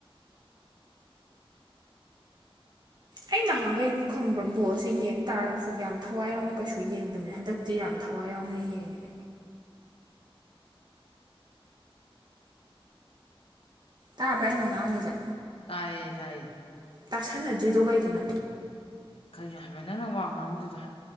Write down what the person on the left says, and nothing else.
ꯇꯥꯏꯌꯦ ꯊꯥꯏ
ꯈꯔꯤꯅꯣ ꯍꯩꯃ ꯅꯪꯅ ꯋꯥ ꯉꯥꯡꯕꯗꯨꯗ